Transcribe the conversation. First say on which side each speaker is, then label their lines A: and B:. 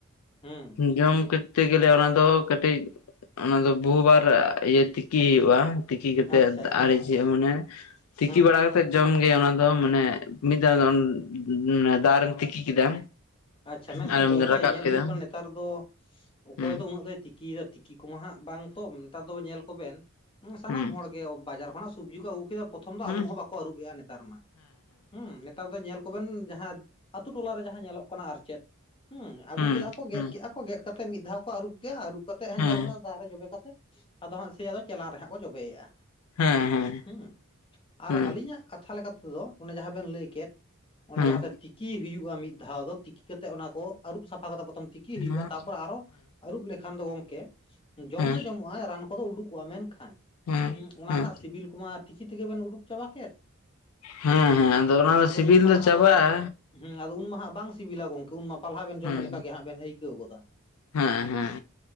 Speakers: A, on the left; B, on the left.
A: ᱦᱮᱸ।
B: ᱡᱚᱢ ᱠᱚᱡᱽᱛᱮ ᱜᱮᱞᱮ ᱚᱱᱟ ᱫᱚ ᱠᱟᱹᱴᱤᱡ ᱚᱱᱟ ᱫᱚ ᱵᱩᱦᱩ ᱵᱟᱨ ᱤᱭᱟᱹ ᱛᱤᱠᱤ ᱦᱩᱭᱩᱜ-ᱟ। ᱛᱤᱠᱤ ᱠᱟᱛᱮᱫ
A: ᱟᱪᱪᱷᱟ ᱟᱪᱪᱷᱟ
B: ᱟᱨᱮᱡ ᱦᱩᱭᱩᱜ-ᱟ ᱢᱟᱱᱮ ᱛᱤᱠᱤ
A: ᱦᱩᱸ
B: ᱵᱟᱲᱟ ᱠᱟᱼᱼ ᱛᱮ ᱡᱚᱢ ᱜᱮ ᱚᱱᱟ ᱫᱚ ᱢᱟᱱᱮ ᱢᱤᱫ ᱫᱷᱟᱣ ᱫᱚ ᱢᱟᱱᱮ ᱫᱟᱜ ᱨᱮᱢ ᱛᱤᱠᱤ ᱠᱮᱫᱟ᱾
A: ᱟᱪᱪᱷᱟ ᱢᱮᱱᱠᱷᱟᱱ
B: ᱟᱨᱮᱢ
A: ᱜᱚᱝᱠᱮ
B: ᱨᱟᱠᱟᱵ
A: ᱧᱮᱞ
B: ᱠᱮᱫᱟ
A: ᱦᱩᱭᱩᱜ ᱠᱟᱱᱟ ᱱᱮᱛᱟᱨ ᱫᱚ ᱚᱠᱚᱭ
B: ᱦᱩᱸ
A: ᱫᱚ ᱩᱱᱟᱹᱜ ᱫᱚᱭ ᱛᱤᱠᱤ ᱭᱮᱫᱟ ᱛᱤᱠᱤ ᱠᱚᱢᱟ ᱦᱟᱜ ᱵᱟᱝ ᱛᱚ ᱱᱮᱛᱟᱨ ᱫᱚ ᱧᱮᱞ ᱠᱚᱵᱮᱱ ᱥᱟᱱᱟᱢ
B: ᱦᱩᱸ
A: ᱦᱚᱲ ᱜᱮ ᱵᱟᱡᱟᱨ ᱠᱷᱚᱱᱟᱜᱼᱼ ᱥᱚᱵᱽᱡᱤ ᱠᱚ ᱟᱹᱜᱩ ᱠᱮᱫᱟ᱾ ᱯᱨᱚᱛᱷᱚᱢ ᱫᱚ
B: ᱦᱩᱸ
A: ᱟᱹᱨᱩᱵ ᱦᱚᱸ ᱵᱟᱠᱚ ᱟᱹᱨᱩᱵᱮᱜ-ᱟ ᱱᱮᱛᱟᱨ ᱢᱟ ᱦᱮᱸ ᱱᱮᱛᱟᱨ ᱫᱚ ᱧᱮᱞ ᱠᱚᱵᱮᱱ ᱡᱟᱦᱟᱸᱼᱼ ᱟᱛᱩ ᱴᱚᱞᱟ ᱨᱮ ᱡᱟᱦᱟᱸ ᱧᱮᱞᱚᱜ ᱠᱟᱱᱟ ᱟᱨ ᱪᱮᱫ ᱦᱮᱸ ᱟᱹᱜᱩ
B: ᱦᱩᱸ
A: ᱠᱮᱫᱟ ᱠᱚ ᱜᱮᱫ
B: ᱦᱩᱸ
A: ᱠᱮᱫ-ᱟ ᱠᱚ ᱜᱮᱫ ᱠᱟᱛᱮ ᱢᱤᱫ ᱫᱷᱟᱣᱼᱼ ᱠᱚ ᱟᱹᱨᱩᱵ ᱠᱮᱜ-ᱟ ᱟᱹᱨᱩᱵ ᱠᱟᱛᱮᱫ ᱦᱟᱜ
B: ᱦᱮᱸ
A: ᱧᱮᱞ ᱵᱮᱱ ᱫᱟᱜ ᱨᱮ ᱡᱚᱵᱮ ᱠᱟᱛᱮᱫ ᱟᱫᱚ ᱦᱟᱸᱜ ᱥᱮᱭ ᱟᱫᱚ ᱪᱮᱞᱟᱝ ᱨᱮᱦᱟᱸᱜ ᱠᱚ ᱡᱚᱵᱮᱭᱮᱜ-ᱟ᱾
B: ᱦᱮᱸ ᱦᱮᱸ
A: ᱦᱩᱸ ᱟᱨ
B: ᱦᱩᱸ
A: ᱟᱹᱞᱤᱧᱟᱜ ᱠᱟᱛᱷᱟ ᱞᱮᱠᱟᱛᱮᱫᱚ ᱚᱱᱮ ᱡᱟᱦᱟᱸ ᱵᱮᱱ ᱞᱟᱹᱭ ᱠᱮᱫ᱾ ᱚᱱᱮ
B: ᱦᱩᱸ
A: ᱞᱟᱦᱟᱛᱮ
B: ᱦᱮᱸ
A: ᱛᱤᱠᱤ ᱦᱩᱭᱩᱜ-ᱟ, ᱢᱤᱫ ᱫᱷᱟᱣ ᱫᱚ ᱛᱤᱠᱤ ᱠᱟᱛᱮᱜ ᱚᱱᱟ ᱠᱚ ᱟᱹᱨᱩᱵ ᱥᱟᱯᱷᱟ ᱠᱟᱛᱮ ᱯᱚᱛᱚᱢᱼᱼ ᱛᱤᱠᱤ ᱦᱩᱭᱩᱜ-ᱟ,
B: ᱦᱮᱸ ᱦᱮᱸ
A: ᱛᱟᱨᱯᱚᱨᱮ ᱟᱨᱚ ᱟᱹᱨᱩᱵ ᱞᱮᱠᱷᱟᱱ ᱫᱚ ᱜᱚᱢᱠᱮᱼᱼ ᱡᱚᱢ
B: ᱦᱮᱸ
A: ᱫᱚ ᱡᱚᱢᱚᱜ-ᱟ ᱨᱟᱱ ᱠᱚᱫᱚ ᱩᱰᱩᱠᱚᱜ-ᱟ ᱢᱮᱱᱠᱷᱟᱱ
B: ᱦᱮᱸ
A: ᱦᱩᱸ ᱚᱱᱟ
B: ᱦᱮᱸ
A: ᱨᱮᱱᱟᱜ ᱥᱤᱵᱤᱞ ᱠᱚᱢᱟᱼᱼ ᱛᱤᱠᱤ ᱛᱮᱜᱮ ᱵᱮᱱ ᱩᱰᱩᱠ ᱪᱟᱵᱟ ᱠᱮᱫ᱾
B: ᱦᱮᱸ ᱦᱮᱸ ᱟᱫᱚ ᱚᱱᱟ ᱫᱚ ᱥᱤᱵᱤᱞ
A: ᱩᱱ ᱢᱟ
B: ᱫᱚ
A: ᱦᱟᱸᱜ
B: ᱪᱟᱵᱟᱜ-ᱟ᱾
A: ᱟᱫᱚ ᱦᱩᱸ ᱟᱫᱚ ᱩᱱ ᱢᱟ ᱦᱟᱜ ᱵᱟᱝ ᱥᱤᱵᱤᱞᱟ ᱜᱚᱝᱠᱮ ᱩᱱ ᱢᱟ ᱯᱟᱞᱦᱟ ᱵᱮᱱ ᱡᱚᱢᱮᱫ
B: ᱦᱩᱸ
A: ᱞᱮᱠᱟᱜᱮ ᱦᱟᱸᱜ ᱵᱮᱱ ᱟᱹᱭᱠᱟᱹᱣ ᱜᱚᱫ-ᱟ
B: ᱦᱮᱸ ᱦᱮᱸ
A: ᱦᱩᱸ